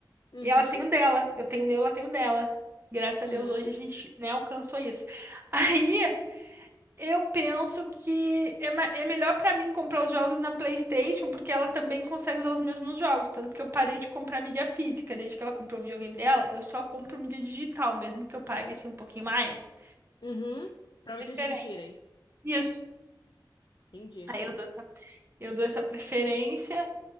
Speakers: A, on the left; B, on the right.
A: Uhum,
B: e ela tem o dela. Eu tenho o meu, ela tem o dela. Graças
A: uhum,
B: a Deus, hoje a gente, né, alcançou isso. <laughs> Aí. Eu penso que é, ma- é melhor pra mim comprar os jogos na PlayStation, porque ela também consegue usar os mesmos jogos. Tanto que eu parei de comprar mídia física. Desde que ela comprou o videogame dela, eu só compro mídia digital, mesmo que eu pague assim um pouquinho mais.
A: uhum. Pra
B: Preferência.
A: vocês dividirem.
B: Isso.
A: Entendi.
B: Aí eu dou essa, eu dou essa preferência.